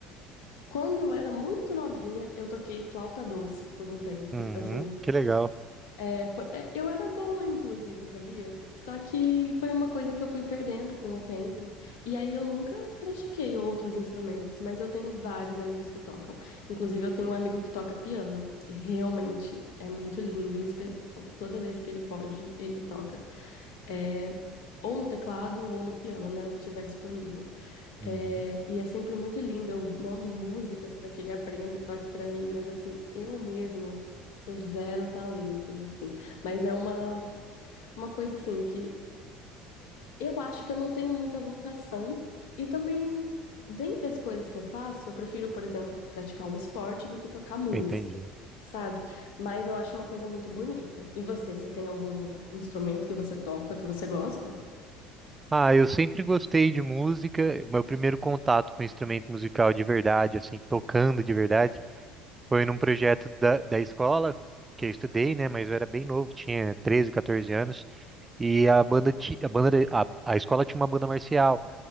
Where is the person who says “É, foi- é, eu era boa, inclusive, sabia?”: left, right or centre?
Left